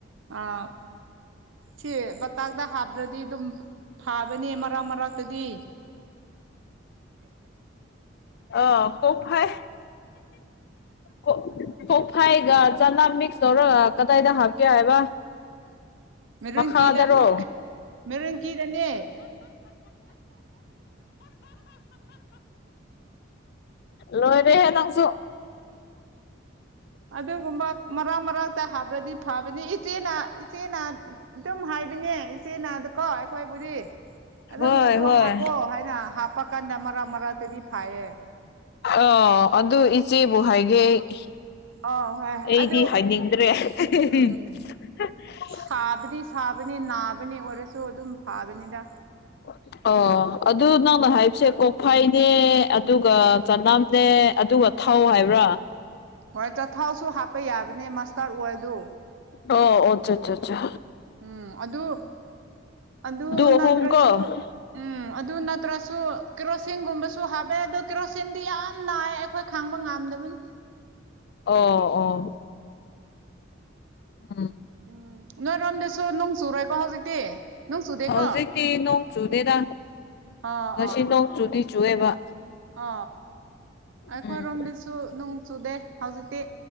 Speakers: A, on the right; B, on the left.
A: ꯑꯥ ꯁꯤ ꯕꯇꯥꯛꯇ ꯍꯥꯞꯇ꯭ꯔꯗ ꯗꯤ ꯑꯗꯨꯝ ꯐꯥꯕꯅꯦ ꯃꯔꯛ ꯃꯔꯛꯇꯗꯤ
B: ꯑꯣ ꯄꯣꯛꯐꯥꯏ ꯀꯣꯛ ꯀꯣꯛꯐꯥꯏꯒ ꯆꯅꯝ ꯃꯤꯛꯁ ꯇꯧꯔꯒ ꯀꯗꯥꯏꯗ ꯍꯥꯞꯀꯦ ꯍꯥꯏꯕ
A: ꯃꯦꯔꯨꯟꯀꯤꯗ
B: ꯃꯈꯥꯗꯔꯣ
A: ꯃꯦꯔꯨꯟꯀꯤꯗꯅꯦ
B: ꯂꯣꯏꯔꯦꯍꯦ ꯅꯪꯁꯨ
A: ꯑꯗꯨꯒꯨꯝꯕ ꯃꯔꯥꯛ ꯃꯔꯥꯛꯛꯇ ꯍꯥꯞꯔꯗꯤ ꯐꯕꯅꯤ ꯏꯆꯦꯅ ꯏꯆꯦꯅ ꯗꯨꯝ ꯍꯥꯏꯕꯅꯦ ꯏꯆꯦꯅ ꯑꯗꯨꯀꯣ ꯑꯩꯈꯣꯏꯕꯨꯗꯤ ꯑꯗꯨꯝ
B: ꯍꯣꯏ
A: ꯑꯗꯨ
B: ꯍꯣꯏ
A: ꯍꯥꯞꯄꯣ ꯍꯥꯏꯅ ꯍꯥꯞꯄꯀꯥꯟꯗ ꯃꯔꯛ ꯃꯔꯛꯇꯗꯤ ꯐꯥꯏꯌꯦ
B: ꯑ ꯑꯗꯨ ꯏꯆꯦꯕꯨ ꯍꯥꯏꯒꯦ ꯑꯩ
A: ꯑꯧ ꯍꯣꯏ
B: ꯑꯩꯗꯤ
A: ꯑꯗꯨ
B: ꯍꯥꯏꯅꯤꯡꯗ꯭ꯔꯦ <unintelligible>
A: ꯎꯝ ꯁꯥꯕꯗꯤ ꯁꯥꯕꯅꯤ ꯅꯥꯕꯅꯦ ꯑꯣꯏꯔꯁꯨ ꯑꯗꯨꯝ ꯐꯥꯕꯅꯤꯗ
B: <inaudible> ꯑꯣ ꯑꯗꯨ ꯅꯪꯅ ꯍꯥꯏꯕꯁꯦ ꯀꯣꯛꯐꯥꯏꯅꯦ ꯑꯗꯨꯒ ꯆꯅꯝꯅꯦ ꯑꯗꯨꯒ ꯊꯧ ꯍꯥꯏꯕ꯭ꯔꯥ
A: ꯍꯣꯏ ꯆꯊꯥꯎꯁꯨ ꯍꯥꯞꯄ ꯌꯥꯕꯅꯦ ꯃꯁꯇꯥꯔꯠ ꯑꯣꯏꯜꯗꯨ
B: ꯑꯣ ꯑꯣ ꯆꯠ ꯆꯠ ꯆꯥ
A: ꯎꯝ ꯑꯗꯨ ꯑꯗꯨ
B: ꯑꯍꯨꯝ
A: ꯅꯠꯇ꯭ꯔꯁꯨ
B: ꯀꯣ <inaudible>
A: ꯎꯝ ꯑꯗꯨ ꯅꯠꯇ꯭ꯔꯁꯨ ꯀꯦꯔꯣꯁꯤꯟꯒꯨꯝꯕꯁꯨ ꯍꯥꯞꯄꯦ ꯑꯗꯨ ꯀꯦꯔꯣꯁꯤꯟꯗꯤ ꯌꯥꯝ ꯅꯥꯏ ꯑꯩꯈꯣꯏ ꯈꯥꯡꯕ ꯉꯝꯗꯕꯅꯤ
B: ꯑꯣ ꯑꯣ ꯎꯝ
A: ꯎꯝ ꯅꯣꯏꯔꯣꯝꯗꯁꯨ ꯅꯨꯡ ꯆꯨꯔꯣꯏꯀꯣ ꯍꯧꯖꯤꯛꯇꯤ ꯅꯣꯡ ꯆꯨꯗꯦꯀꯣ
B: ꯍꯧꯖꯤꯛꯇꯤ ꯅꯣꯡ ꯆꯨꯗꯦꯗ
A: ꯑꯥ
B: ꯉꯁꯤ ꯅꯣꯡ ꯆꯨꯗꯤ ꯆꯨꯑꯦꯕ
A: ꯑ ꯑꯩꯈꯣꯏꯔꯣꯝꯗꯁꯨ
B: ꯎꯝ
A: ꯅꯨꯡ ꯆꯨꯗꯦ ꯍꯧꯖꯤꯛꯇꯤ